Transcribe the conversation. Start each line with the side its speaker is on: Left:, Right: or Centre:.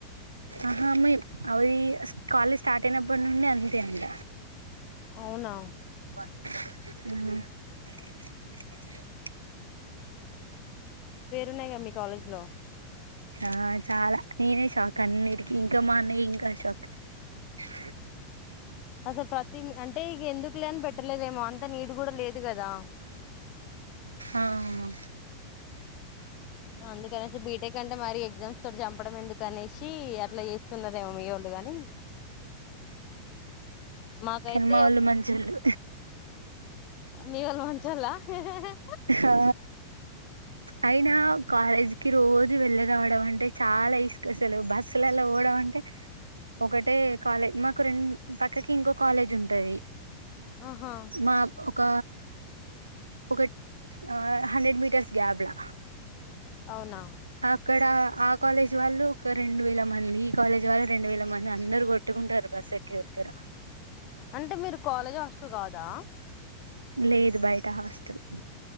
Right: ఆహా మీ అవి కాలేజ్ స్టార్ట్ అయినప్పటి నుండి అంతే అంట
Left: అవునా
Right: హు
Left: ఉన్నాయి కద మీ కాలేజ్ లో
Right: ఆ చాలా నేనే షాక్ అన్నిటికిీ ఇంకా మా అన్నయ్య ఇంకా షాక్ ఆ
Left: అసలు ప్రతి అంటే ఇక ఎందుకు లేని పెట్టలేదేమో అంత నీడ్ కూడా లేదు కదా
Right: ఆహా
Left: అందుకని బీటెక్ అంటే మరి ఎగ్జామ్స్ తోటి చంపడం ఎందుకని పెట్టి అట్లా చేస్తున్నరేమో మీ వాళ్ళు గాని మాకైతే
Right: కానీ మా వాళ్ళు మంచోళ్ళు
Left: మీవల్ మంచోళ్ళ హే హై
Right: ఆ అయినా కాలేజ్ కి రోజు వెళ్ళ రావడం అంటే చాలా విసుకసలు బస్సులలో పోడం అంటే ఒకటే కాలేజ్ మాకు రెండు పక్కకి ఇంకో కాలేజ్ ఉంటది
Left: ఆహా
Right: మాకు ఒక ఒకట్ హండ్రెడ్ మీటర్స్ గ్యాబ్లా
Left: అవునా
Right: అక్కడ ఆ కాలేజీ వాళ్ళు ఒక రెండు వేల మంది ఈ కాలేజ్ వాళ్ళు రెండు వేల మంది అందరు కొట్టు కుంటరు బస్సు దగ్గర
Left: అంటే మీరు కాలేజ్ హాస్టల్ కాదా
Right: లేదు బయట హాస్టల్